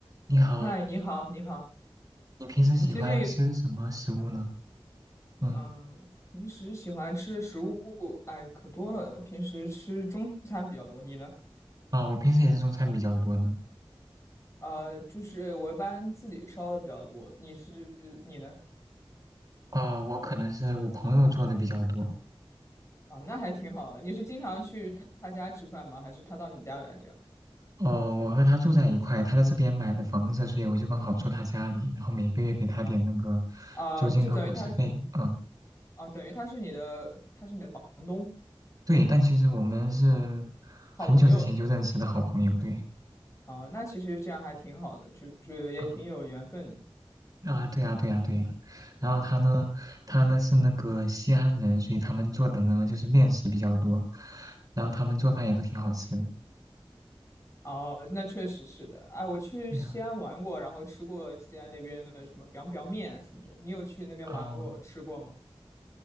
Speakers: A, on the right (about 40°); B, on the left (about 30°).
A: 你好，
B: 嗨，你好，你好，
A: 你平时喜欢吃什么食物呢？
B: 你最近有
A: 嗯，
B: 嗯，平时喜欢吃的食物，哎，可多了。我平时吃中餐比较多，你呢？
A: 啊，我平时也是中餐比较多呢。
B: 呃，就是我一般自己烧的比较多。你是你呢？
A: 啊，我可能是我朋友做的比较多。
B: 啊，那还挺好的。你是经常去他他家吃饭吗？还是他到你家来这样？
A: 哦，我和他住在一块，他在这边买的房子，所以我就刚好住他家里，然后每个月给他点那个
B: 啊，
A: 租金和伙食费。
B: 就等于他
A: 嗯，
B: 啊，等于他是你的，他是你的房东，
A: 对，但其实我们是
B: 好朋友
A: 很久之前就认识的好朋友，对。
B: 啊。那其实这样还挺好的，就是也挺有缘分的。
A: 嗯啊，对啊，对啊，对啊。然后他呢，他呢是那个西安人，所以他们做的呢就是面食比较多，然后他们做饭也都挺好吃的。
B: 哦，那确实是的。哎，我去西安玩过，
A: 对呀，
B: 然后吃过西安那边的什么 biang biang 面什么的。你有去那边玩过、
A: 哦
B: 吃过吗？